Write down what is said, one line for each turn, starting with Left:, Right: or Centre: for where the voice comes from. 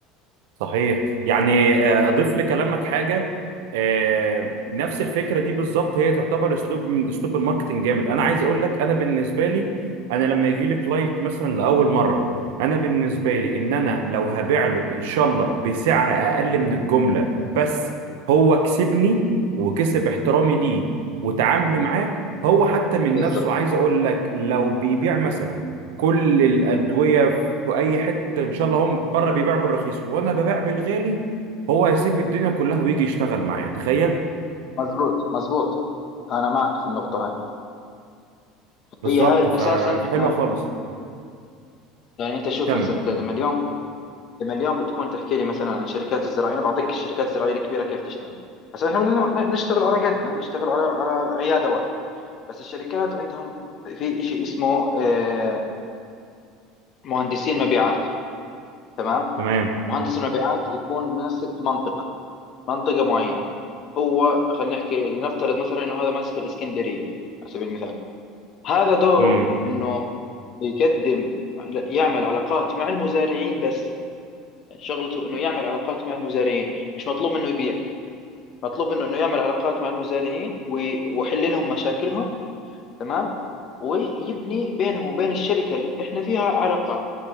Right: صحيح يعني آه، اضيف لكلامك حاجه آه، نفس الفكره دي بالظبط هي تعتبر اسلوب من اسلوب الماركتنج جامد انا عايز اقول لك انا بالنسبه لي انا لما يجي لي كلاينت مثلا لاول مره انا بالنسبه لي ان انا لو هبيع له ان شاء الله بسعر اقل من الجمله بس هو كسبني وكسب احترامي ليه وتعاملي معاه هو حتى من
Left: بالضبط
Right: نفسه عايز اقول لك لو بيبيع مثلا كل الادويه في اي حته ان شاء الله هم بره بيبيعوا بالرخيص وانا ببيع بالغالي هو هيسيب الدنيا كلها ويجي يشتغل معايا تخيل
Left: مزبوط مزبوط انا معك في النقطه هاي
Right: بالظبط
Left: هي هاي
Right: فحلوه
Left: اساسا احنا
Right: خالص
Left: يعني انت شوف
Right: كمل
Left: هسه انت لما اليوم لما اليوم بتكون تحكي لي مثلا عن الشركات الزراعيه انا بعطيك الشركات الزراعيه الكبيره كيف تشتغل عشان احنا بدنا نشتغل على قدنا نشتغل على على عياده واحده بس الشركات عندهم في شيء اسمه آه، مهندسين مبيعات تمام
Right: تمام
Left: مهندس المبيعات يكون ماسك منطقه منطقه معينه هو خلينا نحكي لنفترض مثلا انه هذا ماسك الاسكندريه على سبيل المثال هذا دوره
Right: امم
Left: انه يقدم يعمل علاقات مع المزارعين بس يعني شغلته انه يعمل علاقات مع المزارعين مش مطلوب منه يبيع مطلوب منه انه يعمل علاقات مع المزارعين وي- ويحل لهم مشاكلهم تمام ويبني بينهم وبين الشركه اللي احنا فيها علاقات